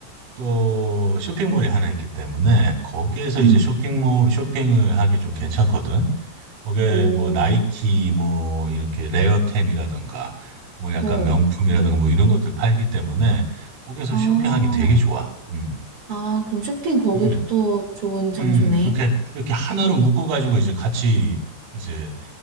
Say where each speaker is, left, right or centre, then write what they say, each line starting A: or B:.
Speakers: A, on the right (about 85°); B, on the right (about 60°).
A: 또 쇼핑몰이 하나 있기 때문에 거기에서
B: 음.
A: 이제 쇼핑몰 쇼핑을 하기 좀 괜찮거든. 거기에
B: 오,
A: 뭐 나이키 뭐 이렇게 레어템이라던가 뭐 약간
B: 어,
A: 명품이라던가 뭐 이런 것들 팔기 때문에 거기서
B: 아,
A: 쇼핑하기 되게 좋아. 음.
B: 아, 그럼 쇼핑 거기도
A: 음.
B: 또 좋은 장소네.
A: 음. 그렇게 이렇게 하나로 묶어 가지고 이제 같이 이제